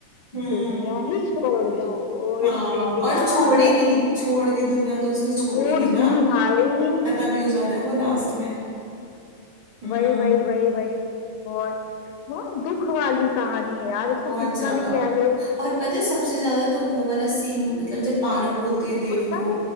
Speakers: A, on the right; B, on the left.
A: हम्म
B: दुनिया ही छोड़ दो ओ
A: हाँ
B: शिट
A: और
B: यार
A: छोड़ ही दी छोड़ दी दुनिया तो उसने
B: छोड़
A: छोड़ ही दी
B: दी
A: ना
B: भाई
A: खत्म ही हो जाता है वो लास्ट में हम्म
B: वही वही वही वही बहुत बहुत दुख वाली कहानी है यार इसको
A: बहुत
B: कितना
A: ज्यादा
B: भी कह लो
A: और पता है सबसे ज्यादा तो वो वाला सीन मतलब जब पारो बोलती है देव
B: कौन सा
A: को